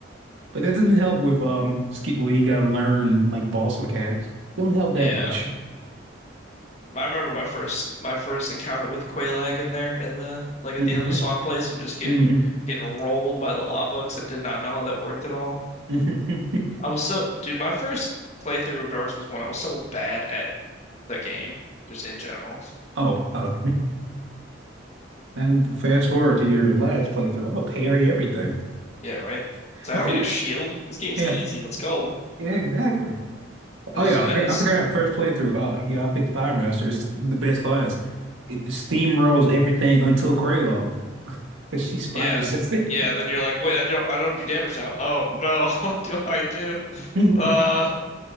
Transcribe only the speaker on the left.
yeah.
I remember my first my first encounter with Quaalag in there in the like
at the end of the swamp place and just get
getting rolled by the lava because I did not know how that worked at all.
I was so dude, my first playthrough of Dark Souls 1, I was so bad at the game, just in general.
Yeah, right.
So I don't need a shield. This game's
easy. Let's go.
I just
I
just
Yeah.
Yeah, then you're like, wait, I don't I don't do damage now. Oh no, <laughs> what do I do?
Uh,